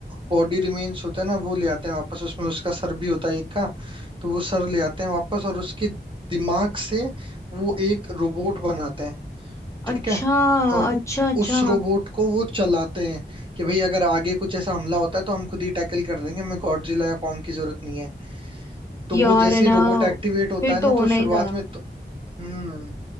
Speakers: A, on the right (about 30°); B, on the left (about 15°).
A: बॉडी रिमेन्स होते हैं ना वो ले आते हैं वापस उसमें उसका सर भी होता है एक का तो वो सर ले आते हैं वापस और उसके दिमाग से वो एक रोबोट बनाते हैं ठीक
B: अच्छा
A: है और
B: अच्छा अच्छा
A: उस रोबोट को वो चलाते हैं कि भाई अगर आगे कुछ ऐसा हमला होता है तो हम खुद ही टैकल कर लेंगे हमें गॉडजिला या कॉन्ग की जरूरत नहीं है तो
B: यार
A: वो जैसे
B: है ना
A: ही रोबोट एक्टिवेट होता
B: फिर
A: है ना
B: तो होना
A: तो
B: ही
A: शुरुआत
B: था
A: में तो हम्म